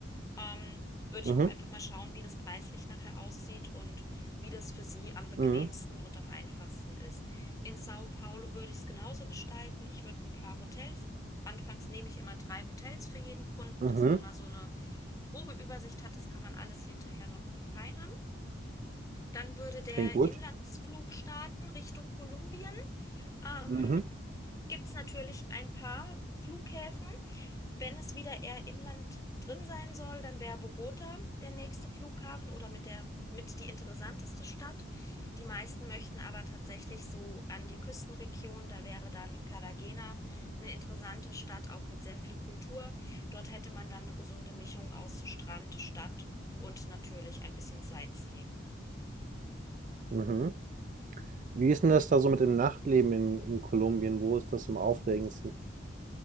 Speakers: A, on the left; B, on the right.
A: Ähm, würde ich
B: Mhm.
A: auch einfach mal schauen, wie das preislich nachher aussieht und wie das für Sie am bequemsten
B: Mhm.
A: und am einfachsten ist. In Sao Paulo würde ich es genauso gestalten. Ich würde ein paar Hotels. Anfangs nehme ich immer drei Hotels für jeden Kunden,
B: Mhm.
A: dass man mal so eine grobe Übersicht hat. Das kann man alles hinterher noch verfeinern. Dann würde der
B: Klingt gut.
A: Inlandsflug starten Richtung Kolumbien. Ähm,
B: Mhm.
A: gibt es natürlich ein paar Flughäfen. Wenn es wieder eher im Land drin sein soll, dann wäre Bogota der nächste Flughafen oder mit der mit die interessanteste Stadt. Die meisten möchten aber tatsächlich so an die Küstenregion. Da wäre dann Cartagena eine interessante Stadt, auch mit sehr viel Kultur. Dort hätte man dann eine gesunde Mischung aus Strand, Stadt und natürlich ein bisschen Sightseeing.
B: Mhm. Wie ist denn das da so mit dem Nachtleben in in Kolumbien? Wo ist das am aufregendsten?